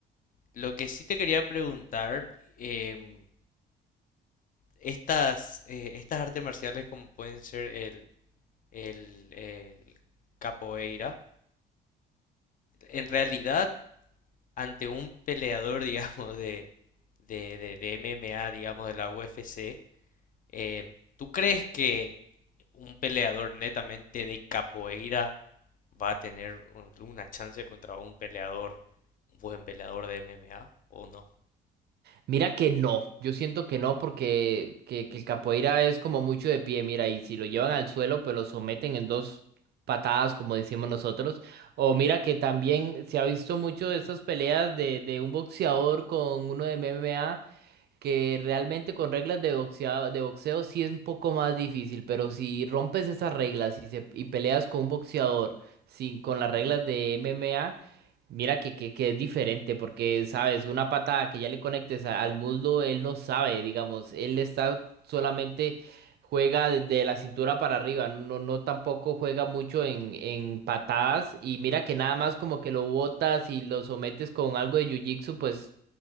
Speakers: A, on the left (about 40°); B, on the right (about 55°).
A: Lo que sí te quería preguntar, em, estas, eh, estas artes marciales como pueden ser el, el, el capoeira, en realidad ante un peleador, <laughs> digamos, de, de, de, de MMA, digamos, de la UFC, em, ¿tú crees que un peleador netamente de capoeira va a tener un- una chance contra un peleador, un buen peleador de MMA o no?
B: Mira que no, yo siento que no porque que, que el capoeira es como mucho de pie, mira, y si lo llevan al suelo, pues lo someten en dos patadas, como decimos nosotros. O mira que también se ha visto mucho de estas peleas de, de un boxeador con uno de MMA que realmente con reglas de boxeo, de boxeo sí es un poco más difícil, pero si rompes esas reglas y, se, y peleas con un boxeador sin, con las reglas de MMA, mira que, que, que es diferente, porque sabes, una patada que ya le conectes a- al muslo, él no sabe, digamos, él está solamente juega desde la cintura para arriba, no, no tampoco juega mucho en, en patadas y mira que nada más como que lo botas y lo sometes con algo de jiu-jitsu, pues